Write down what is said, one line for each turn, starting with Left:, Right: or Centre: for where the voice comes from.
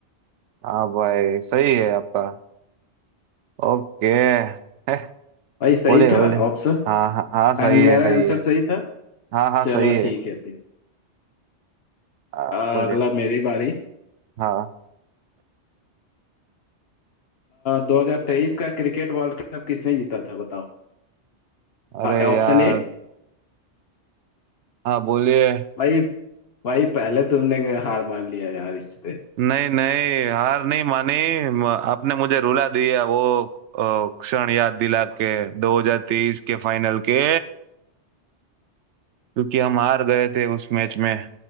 Right: हाँ भाई सही है आपका ओके <laughs>
Left: भाई सही
Right: बोले
Left: था
Right: बोले
Left: ऑप्शन
Right: हाँ हाँ हाँ सही
Left: एंड मेरा
Right: है सही
Left: आंसर
Right: है
Left: सही था
Right: हाँ हाँ
Left: चलो
Right: सही है
Left: ठीक है फिर
Right: हाँ
Left: अ,
Right: बोले
Left: अगला मेरी बारी
Right: हाँ
Left: दो हजार तेईस का क्रिकेट वर्ल्ड कप किसने जीता था बताओ
Right: अरे
Left: Option
Right: यार
Left: A
Right: हाँ बोलिए
Left: भाई भाई पहले तुमने हार मान लिया यार इससे
Right: नहीं नहीं हार नहीं मानी म- आपने मुझे रुला दिया वो अ, क्षण याद दिला के 2023 के फाइनल के क्योंकि हम हार गए थे उस मैच में